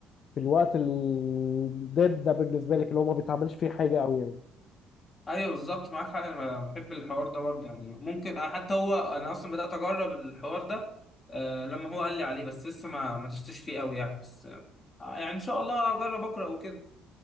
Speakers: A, on the left; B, on the left.
A: في الوقت الداد ده بالنسبة لك اللي هو ما بيتعملش فيه حاجة أوي يعني
B: ايوه بالظبط معاك حق انا بحب الحوار ده برضه يعني ممكن انا حتى هو انا اصلا بدات اجرب الحوار ده آه لما هو قال لي عليه بس لسه ما ما دستش فيه قوي يعني بس آه يعني ان شاء الله اجرب اقرا وكده